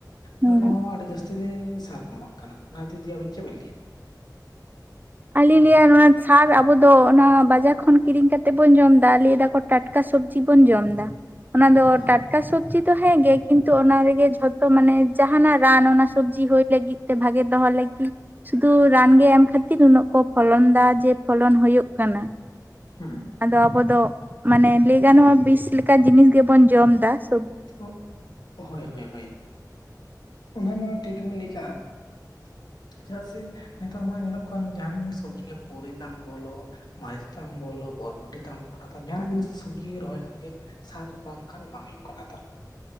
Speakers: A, on the right; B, on the left.
A: ᱦᱩᱸ
B: ᱚᱱᱟ ᱠᱚᱦᱚᱸ
A: ᱦᱩᱸ
B: ᱟᱹᱰᱤ ᱡᱟᱹᱥᱛᱤ ᱜᱮ ᱥᱟᱨ ᱠᱚ ᱮᱢᱟᱜ ᱠᱟᱱᱟ ᱚᱱᱟ ᱫᱤ ᱠᱟᱛᱮ ᱟᱵᱤᱱ ᱪᱮᱫ ᱵᱮᱱ ᱞᱟᱹᱭᱟ ᱾
A: ᱟᱞᱤᱧ ᱞᱤᱧ ᱞᱟᱹᱭᱟ ᱱᱚᱣᱟ ᱥᱟᱨ ᱟᱵᱚ ᱫᱚ ᱚᱱᱟ ᱵᱟᱡᱟᱨ ᱠᱷᱚᱱ ᱠᱤᱨᱤᱧ ᱠᱟᱛᱮ ᱵᱚᱱ ᱡᱚᱢ ᱫᱟ ᱞᱟᱹᱭ ᱫᱟ ᱠᱚ ᱴᱟᱴᱠᱟ ᱥᱚᱵᱽᱡᱤ ᱵᱚᱱ ᱡᱚᱢ ᱫᱟ ᱾ ᱚᱱᱟ ᱫᱚ
B: ᱦᱮᱸ
A: ᱴᱟᱴᱠᱟ ᱥᱚᱵᱽᱡᱤ ᱛᱚ ᱦᱮᱸ ᱜᱮ ᱠᱤᱱᱛᱩ ᱚᱱᱟ ᱨᱮᱜᱮ ᱡᱷᱚᱛᱚ ᱢᱟᱱᱮ ᱡᱟᱦᱱᱟᱜ ᱨᱟᱱ ᱚᱱᱟ ᱥᱚᱵᱽᱡᱤ ᱦᱩᱭ ᱞᱟᱹᱜᱤᱫ ᱛᱮ ᱵᱷᱟᱜᱮ ᱫᱚᱦᱚ ᱞᱟᱹᱜᱤᱫ ᱥᱩᱫᱷᱩ ᱨᱟᱱᱜᱮ ᱮᱢ ᱠᱷᱟᱹᱛᱤᱨ ᱩᱱᱟᱹᱜ ᱠᱚ ᱯᱷᱚᱞᱚᱱ ᱫᱟ ᱡᱮ ᱯᱷᱚᱞᱚᱱ ᱦᱳᱭᱳᱜ ᱠᱟᱱᱟ ᱾
B: ᱦᱩᱸ᱾
A: ᱟᱫᱚ ᱟᱵᱚ ᱫᱚ ᱢᱟᱱᱮ ᱞᱟᱹᱭ ᱜᱟᱱᱚᱜᱼᱟ ᱵᱤᱥ ᱞᱮᱠᱟᱱ ᱡᱤᱱᱤᱥ ᱜᱮᱵᱚᱱ ᱡᱚᱢ ᱫᱟ ᱾
B: ᱚ, ᱦᱳᱭ ᱦᱳᱭ ᱦᱳᱭ ᱚᱱᱟᱢᱟ ᱴᱷᱤᱠ ᱜᱮᱢᱚᱱ ᱞᱟᱹᱭ ᱠᱟᱜᱼᱟ ᱾ ᱪᱮᱫᱟᱜ ᱥᱮ ᱱᱮᱛᱟᱨ ᱢᱟ ᱧᱮᱞᱚᱜ ᱠᱟᱱ ᱡᱟᱦᱟᱱ ᱥᱚᱵᱽᱡᱤ ᱜᱮ ᱯᱩᱨᱤ ᱛᱟᱢ ᱵᱚᱞᱚ ᱢᱟᱹᱨᱤᱪ ᱛᱟᱢ ᱵᱚᱞᱚ, ᱵᱚᱨᱵᱷᱚᱴᱤ ᱛᱟᱢ, ᱠᱚᱸᱰᱷᱟ ᱛᱟᱢ, ᱡᱟᱸᱦᱟᱱᱟᱜ ᱡᱤᱱᱤᱥ ᱥᱚᱵᱽᱡᱤ ᱜᱮ ᱨᱚᱦᱚᱭ ᱞᱮᱠᱷᱟᱱ ᱜᱮ ᱥᱟᱨ ᱵᱟᱝᱠᱷᱟᱱ ᱵᱟᱝ ᱦᱩᱭᱩᱜ ᱠᱟᱱᱟ ᱱᱮᱛᱟᱨ᱾